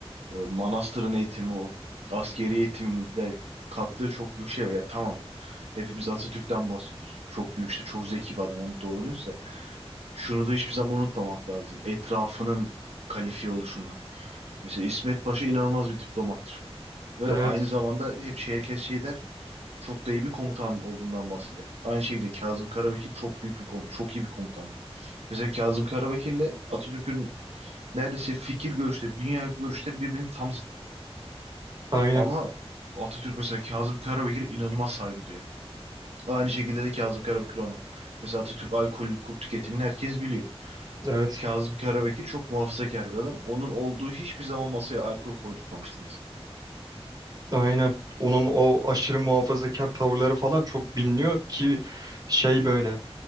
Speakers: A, on the right; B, on the right.
A: e, manastırın eğitimi o. Askeri eğitimin de kattığı çok büyük şey var. Ya tamam hepimiz Atatürk'ten bahsediyoruz. Çok büyük işte çok zeki bir adam onu doğruluyorsa. Şunu da hiçbir zaman unutmamak lazım. Etrafının kalifiye oluşuna. Mesela İsmet Paşa inanılmaz bir diplomattır. Ve
B: evet
A: aynı zamanda hep şey, herkes şey der. Çok da iyi bir komutan olduğundan bahseder. Aynı şekilde Kazım Karabekir çok büyük bir komutan, çok iyi bir komutandır. Mesela Kazım Karabekir'le Atatürk'ün neredeyse fikir görüşleri, dünya görüşleri birbirinin tam zıt.
B: aynen
A: Ama Atatürk mesela Kazım Karabekir'e inanılmaz saygı duyar. Aynı şekilde de Kazım Karabekir ona. Mesela Atatürk alkol, kul tüketimini herkes biliyor.
B: evet.
A: Kazım Karabekir çok muhafazakar bir adam. Onun olduğu hiçbir zaman masaya alkol koydurtmamıştır mesela.
B: Aynen. Onun o
A: Hı.
B: aşırı muhafazakar tavırları falan çok biliniyor ki şey böyle